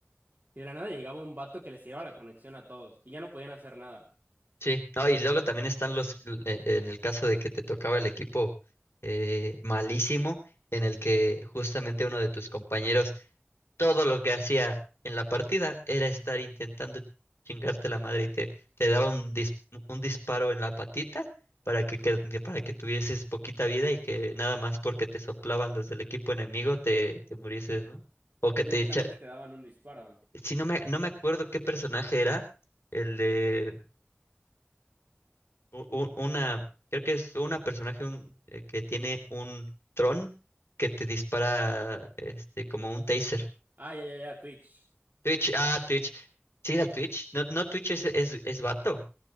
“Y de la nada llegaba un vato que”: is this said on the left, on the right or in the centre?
Right